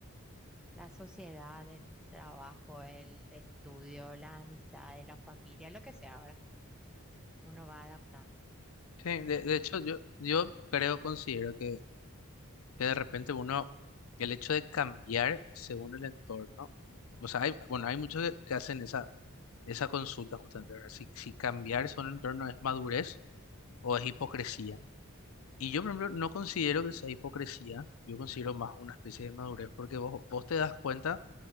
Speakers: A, in the centre; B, on the left (about 75°).
A: La sociedad, el trabajo, el estudio, las amistades, la familia, lo que sea, ¿verdad? Uno va adaptando.
B: Sí, de, de hecho, yo, yo creo, considero que, que de repente uno, el hecho de cambiar según el entorno, o sea, hay, bueno, hay muchos que, que hacen esa, esa consulta justamente, ¿verdad? Si, si cambiar según el entorno es madurez o es hipocresía. Y yo, por ejemplo, no considero que sea hipocresía, yo considero más una especie de madurez, porque vos, vos te das cuenta